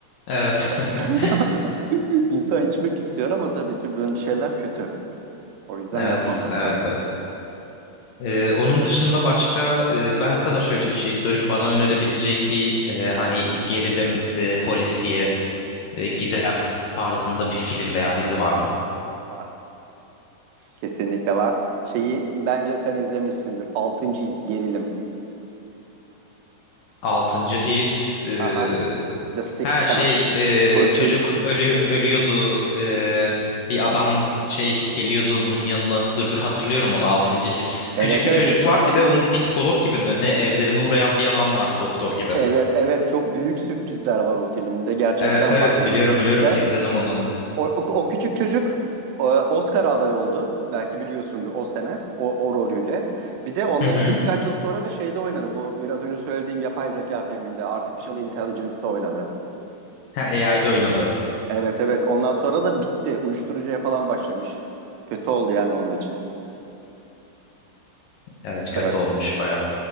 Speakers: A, on the left (about 70°); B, on the right (about 80°).
A: Evet.
B: Ben-
A: <laughs>
B: <laughs> İnsan içmek istiyor ama tabii ki böyle şeyler kötü. O yüzden
A: Evet,
B: yapmamak
A: evet,
B: lazım.
A: evet. Ee, onun dışında başka e, ben sana şöyle bir şey sorayım. Bana önerebileceğin bir e, hani gerilim, e, polisiye, e, gizem tarzında bir film veya dizi var mı?
B: Var. Kesinlikle var. Şeyi bence sen izlemişsindir. Altıncı his gerilim.
A: Altıncı his. eee,
B: <laughs> The Sixth
A: ha
B: Sense,
A: şey eee,
B: Bruce
A: çocuk
B: Willis.
A: ölü ölüyordu. eee, bir adam şey geliyordu bunun yanına. Dur dur hatırlıyorum onu altıncı his.
B: Evet
A: Küçük
B: evet
A: bir çocuk var bir de onun psikolog gibi mi ne evlerine uğrayan bir adam vardı doktor gibi.
B: evet evet çok büyük sürprizler var o filmde gerçekten
A: Evet evet
B: bak onu
A: biliyorum
B: izle.
A: biliyorum izledim onu.
B: O, o, o küçük çocuk e, Oscar aday oldu. Belki biliyorsundur o sene o, o rolüyle. Bir de ondan
A: Hı hı.
B: işte birkaç yıl sonra da şeyde oynadı bu biraz önce söylediğim yapay zeka filminde Artificial Intelligence'da oynadı.
A: Ha AI'de oynadı.
B: Evet evet ondan sonra da bitti. Uyuşturucuya falan başlamış. Kötü oldu yani onun için.
A: Evet kötü
B: Evet,
A: olmuş baya.